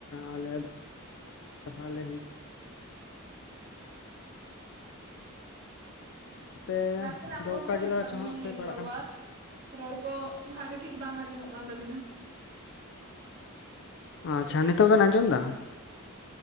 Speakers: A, on the left; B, on the right.
A: ᱟᱞᱮ <unintelligible> ᱼᱼ ᱟᱯᱮ
B: ᱱᱟᱥᱮ ᱱᱟᱜ
A: ᱫᱚ
B: ᱯᱨᱳᱵᱞᱮᱢ
A: ᱚᱠᱟ ᱡᱮᱞᱟ
B: ᱮᱫ ᱛᱟᱵᱤᱱᱟᱭ
A: ᱪᱚ ᱦᱟᱸᱜ ᱯᱮ
B: ᱱᱮᱴᱣᱟᱨᱠ᱾
A: ᱯᱟᱲᱟᱜ ᱠᱟᱱᱟ
B: ᱨᱚᱲ ᱠᱚ ᱵᱷᱟᱜᱮ ᱴᱷᱤᱠ ᱵᱟᱝ ᱟᱸᱡᱚᱢᱚᱜ ᱠᱟᱱ ᱛᱟᱵᱤᱱᱟ᱾
A: ᱟᱪᱪᱷᱟ ᱱᱤᱛᱚᱜ ᱵᱮᱱ ᱟᱸᱡᱚᱢ ᱮᱫᱟ?